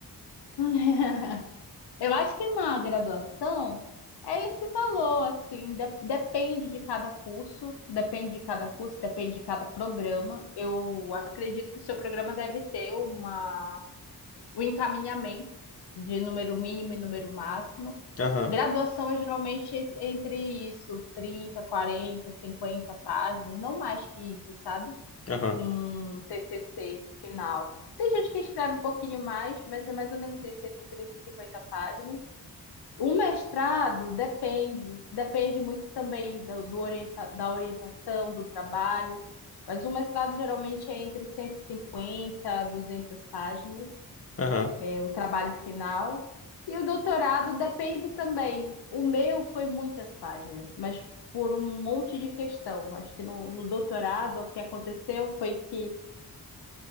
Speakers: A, on the left; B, on the left.
A: <laughs> Eu acho que na graduação é esse valor, assim, de- depende de cada curso, depende de cada curso, depende de cada programa. Eu acredito que o seu programa deve ter uma, um encaminhamento de número mínimo e número máximo.
B: Aham,
A: Graduação é geralmente es- entre isso, 30, 40, 50 páginas, não mais que isso, sabe?
B: aham,
A: Um TCC final. Tem gente que escreve um pouquinho mais, mas é mais ou menos isso, entre 30 e 50 páginas. O mestrado depende, depende muito também da- do, orienta, da orientação, do trabalho, mas o mestrado geralmente é entre 150 a 200 páginas,
B: aham,
A: é o trabalho final. E o doutorado depende também. O meu foi muitas páginas, mas por um monte de questão. Acho que no, no doutorado o que aconteceu foi que